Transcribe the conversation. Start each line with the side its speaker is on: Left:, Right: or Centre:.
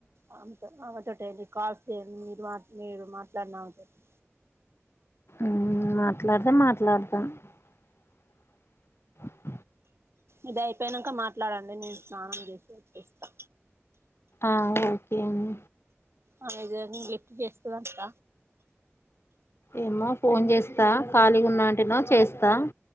Right: ఆమెతో ఆమె తోటే అండి కాల్స్ చేయండి మీరు మా మీరు మాట్లాడినా ఆమెతోటి
Left: మ్మ్ మాట్లాడితే మాట్లాడతా <inaudible>
Right: ఇది అయిపోయినంక మాట్లాడండి నేను స్నానం చేసి వచ్చేస్తా
Left: ఆ ఓకే అండి
Right: ఆమె జల్ది లిఫ్ట్ చేస్తదక్క
Left: ఏమో ఫోన్ చేస్తా ఖాళీగా ఉన్నంటేనో చేస్తా